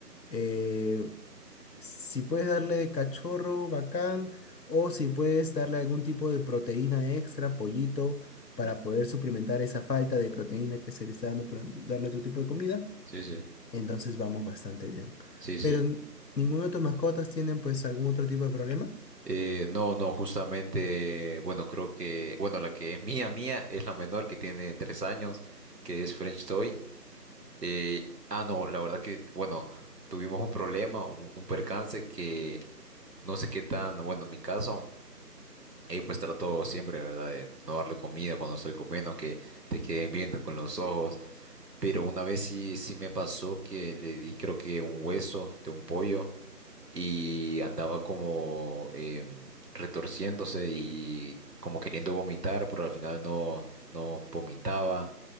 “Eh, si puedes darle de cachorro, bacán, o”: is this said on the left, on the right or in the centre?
Left